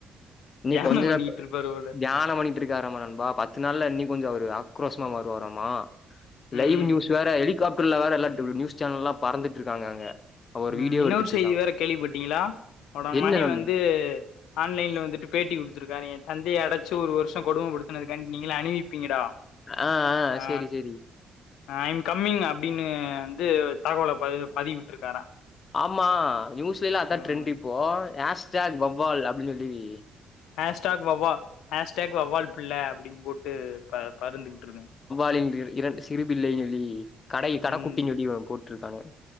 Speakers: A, on the left; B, on the left.
A: இன்னிக்
B: தியானம்
A: கொஞ்ச
B: பண்ணிட்டு
A: நா
B: இருப்பாரு போல
A: தியானோ பண்ணி ட்ருக்காராமா நண்பா பத்து நாள்ல இன்னிக் கொஞ்சோ அவுரு ஆக்ரோசமா வருவாராமா
B: ம்
A: லைவ் நியூஸ் வேற ஹெலிகாப்டர்ல வேற எல்லா <unintelligible> நியூஸ் சேனல்லா பறந்துட்ருக்காங்க அங்க ஒரு
B: ம்
A: வீடியோ
B: இன்னொரு
A: எடுத்துட்ருக்காங்க.
B: செய்தி வேற கேள்விப்பட்டீங்களா அவரோட
A: என்ன
B: மகே
A: நண்
B: வந்து ஆன்லைன்ல வந்துட்டு பேட்டி குடுத்துருக்காரு ஏ தந் தைய அடச்சி ஒரு வருஷோ கொடுமப்படுத்துனதுக்காண்டி நீங்கள அனுவிப்பிங்கடா
A: ஆ,
B: ஆ
A: சரி, சரி.
B: ஐம் கம்மிங் அப்டின்னு வந்து தகவல பதி பதிவிட்ருக்காரா
A: ஆமா நியூஸ்லலா அதா
B: ம்
A: ட்ரெண்ட் இப்போ ஹேஷ்டேக் வவ்வால் அப்டின்னு சொல்லி வை
B: ஹேஷ்டேக் வவ்வா ஹேஷ்டேக் வவ்வால் பிள்ள அப்டின்னு போட்டு பற பறந்துகிட்டு இருக்கு
A: இரண்டு இரண்டு சிறுபிள்ளைனு சொல்லி கடை கடக்குட்டின்
B: ம்
A: சொல்லி போட்டிருக்கானுங்க